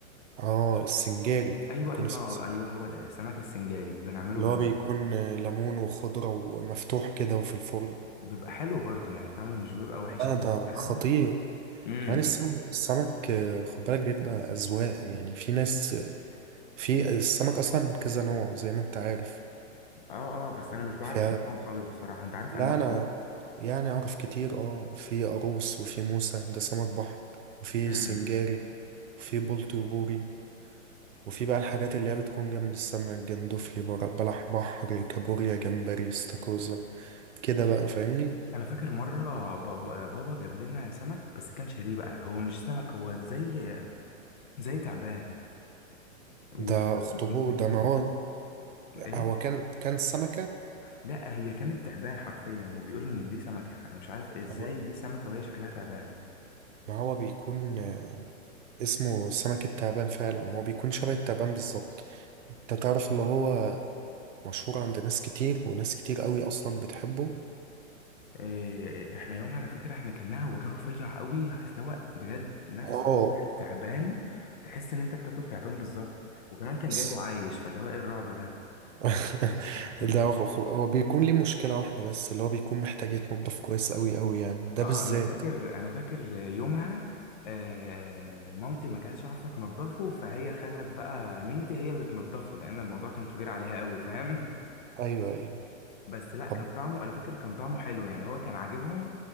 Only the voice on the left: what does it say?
ايوه
ايوه
اه ايوه هو ده السمك السنجاري بنعمله
جنبه
بيبقى حلو برضه يعني طعمه مش بيبقى وحش
قوي
فاهم
امم
اه اه بس انا مش بعرف
انواعه خالص بصراحه انت عارف
انواعه
امم
انا فاكر مره بابا بابا جاب لنا سمك بس كان شاريه بقى هو مش سمك هو زي زي تعبان وبي...
وبي...
ايه
لا هي كانت تعبان حرفيا وبيقول ان دي سمكه انا مش عارف ازاي
دي سمكه وهي شكلها تعبان
إيه، احنا يومها انا فاكر احنا كلناها هو كان رفيع قوي اصل هو بجد نفس
وزن التعبان تحس ان انت بتاكل تعبان بالظبط وكمان كان
جايبه عايش فاللي هو ايه الرعب ده
<laughs>
اه
انا فاكر انا فاكر يومها آه مامتي ما كانتش عارفه تنضفه فهي خلت بقى نينتي هي اللي تنضفه لان الموضوع كان كبير عليها قوي فاهم <laughs>
بس لا
كان طعمه انا فاكر كان طعمه حلو يعني هو كان عاجبهم